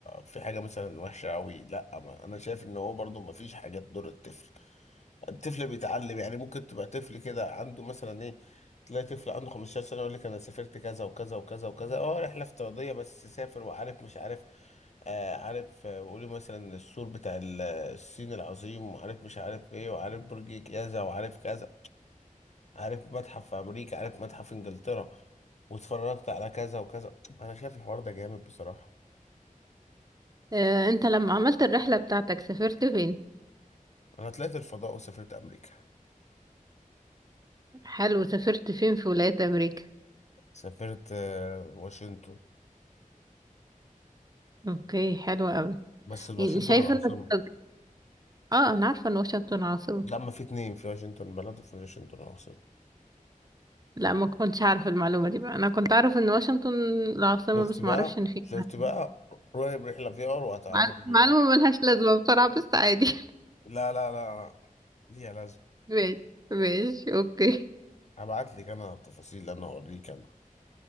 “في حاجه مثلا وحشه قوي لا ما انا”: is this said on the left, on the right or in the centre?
Left